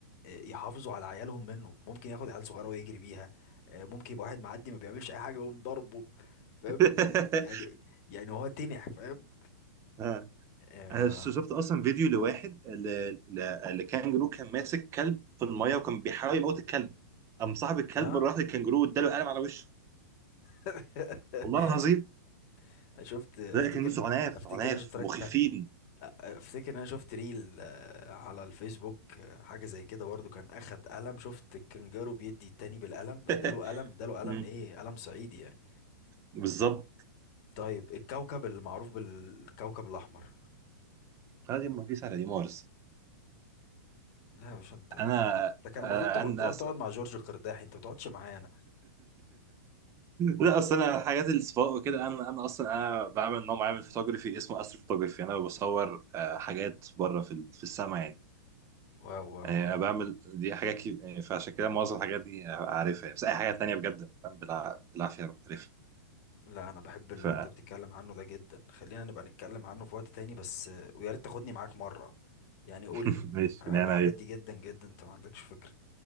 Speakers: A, on the left (about 50°); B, on the right (about 30°).
A: آه، يحافظوا على عيالهم منه ممكن ياخد عيال صغيرة ويجري بيها آه، ممكن يبقى واحد معدي ما بيعملش اي حاجة ويقوم ضربه فاهم
B: <laughs>
A: ب- يعني يعني هو تنح فاهم
B: آه.
A: اه
B: انا شفت اصلا فيديو لواحد ل- ل- لكانجرو كان ماسك كلب في الميه وكان بيحاول يموت الكلب قام صاحب الكلب
A: آه.
B: راح للكانجرو واداله قلم على وشه
A: <laughs>
B: والله العظيم
A: شفت افتكر
B: لا الكانجروس عناف
A: افتكر
B: عناف
A: إن انا اشتركت
B: مخيفين
A: افتكر ان انا شفت ريل آه، على الفيسبوك آه، حاجه زي كده برضو كان اخد قلم شفت الكنجارو بيدي التاني بالقلم اداله
B: <laughs>
A: قلم اداله قلم
B: مم.
A: ايه قلم صعيدي يعني
B: بالظبط
A: طيب الكوكب المعروف بالكوكب الاحمر
B: انا دي ما على دي مارس
A: لا يا باشا انت
B: انا
A: انت كان المفروض تخ-
B: انا
A: تروح
B: أص...
A: تقعد
B: <laughs>
A: مع جورج القرداحي انت ما بتقعدش معايا انا
B: لا اصل انا حاجات السباق وكده انا انا اصلا انا بعمل نوع معين من الفوتوغرافي اسمه استرو فوتوغرافي انا بصور آه، حاجات بره في ال- في السماء يعني
A: واو واو
B: آه،
A: واو
B: بعمل
A: واو.
B: دي حاجات كي... يعني فعشان كده معظم الحاجات دي عارفها يعني. بس اي حاجه تانية بجد فاهم بالع... بالعافيه بعرفها
A: لا انا بحب اللي
B: ف
A: انت بتتكلم عنه ده جدا خلينا نبقى نتكلم عنه في وقت تاني بس آه، ويا ريت تاخدني معاك مره يعني قول
B: <laughs>
A: لي
B: ماشي
A: انا
B: بناء
A: بحب الحاجات
B: على ايه
A: دي جدا جدا انت ما عندكش فكره